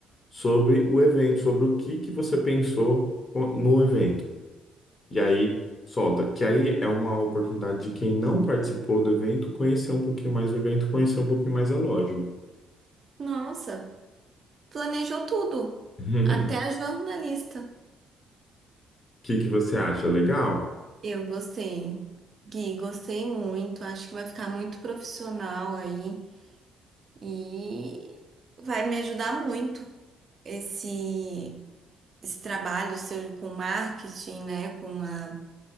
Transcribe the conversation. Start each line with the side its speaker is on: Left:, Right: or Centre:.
Left: sobre o evento, sobre o que que você pensou co- no evento. E aí solta, que aí é uma oportunidade de quem não participou do evento conhecer um pouquinho mais do evento, conhecer um pouquinho mais a loja.
Right: Nossa, planejou tudo.
Left: <laughs>
Right: Até a jornalista.
Left: O que que você acha? Legal?
Right: Eu gostei. Gui, gostei muito. Acho que vai ficar muito profissional aí e vai me ajudar muito esse, esse trabalho seu com marketing, né? Com a,